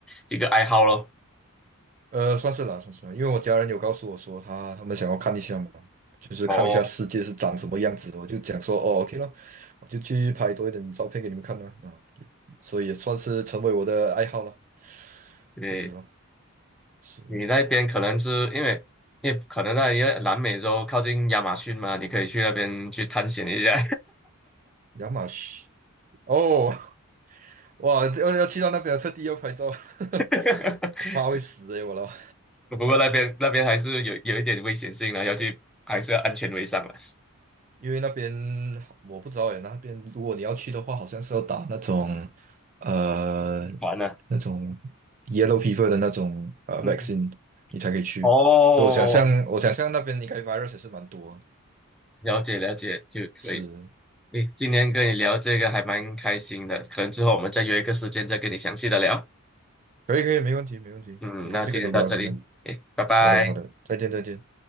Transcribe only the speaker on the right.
呃，算是啦，算是啦，因为我家人有告诉我说他他们想要看一下嘛，就是看一下世界是长什么样子的，
我就讲说哦，OK 了，我就去拍多一点照片给你们看啦，啊，也所以也算是成为我的爱好了，
这样子咯，是的
亚马逊哦，<laughs> 哇，要要去到那边特地要拍照，
<laughs> 我怕会死诶、我了，
因为那边我不知道耶，那边如果你要去的话，好像是要打那种呃
那种 yellow fever 的那种呃
vaccine，你才可以去。
所以我想象，我想象那边应该 virus 也是蛮多的。
是，
可以可以，没问题没问题。
很高兴跟你聊今天。
好的好的，再见再见。